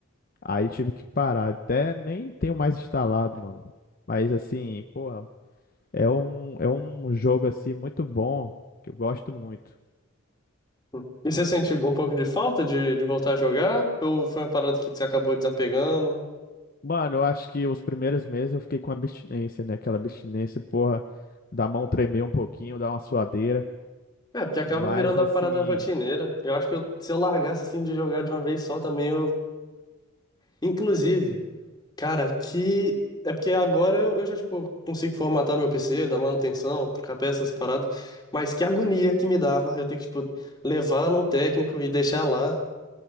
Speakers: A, on the left (about 40°); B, on the left (about 20°).
A: aí tive que parar. Até nem tenho mais instalado, mano. Mas assim, porra, é um, é um jogo assim muito bom, que eu gosto muito.
B: uhum. E você sente um pouco de falta de, de voltar a jogar? Ou foi uma parada que você acabou desapegando?
A: Mano, eu acho que os primeiros meses eu fiquei com abstinência, né? Aquela abstinência, porra, da mão tremer um pouquinho, dar uma suadeira.
B: É, porque acaba
A: e mais
B: virando
A: assim,
B: uma parada rotineira. Eu acho que eu- se eu largasse assim de jogar de uma vez só também, eu... Inclusive, Cara, que. É porque agora eu, eu já, tipo, consigo formatar meu PC, dar manutenção, trocar peças, essas paradas. Mas que agonia que me dava eu ter que, tipo, levar num técnico e deixar lá